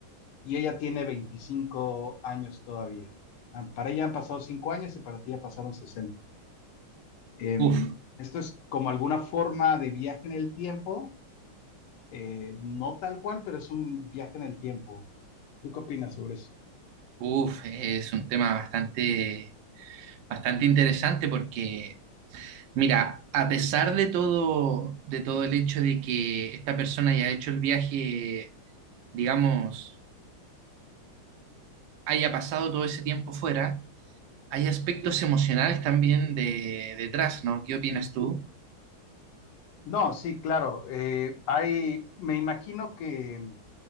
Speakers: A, on the left; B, on the right.
A: y ella tiene 25 años todavía. Ah, Para ella han pasado 5 años y para ti ya pasaron 60. Em,
B: Uf,
A: esto es como alguna forma de viaje en el tiempo, eh, no tal cual, pero es un viaje en el tiempo. ¿Tú qué opinas sobre eso?
B: uf, es un tema bastante, bastante interesante porque, mira, a pesar de todo, de todo el hecho de que esta persona haya hecho el viaje, digamos, haya pasado todo ese tiempo fuera, hay aspectos emocionales también de, detrás, ¿no? ¿Qué opinas tú?
A: No, sí, claro. eh, hay, me imagino que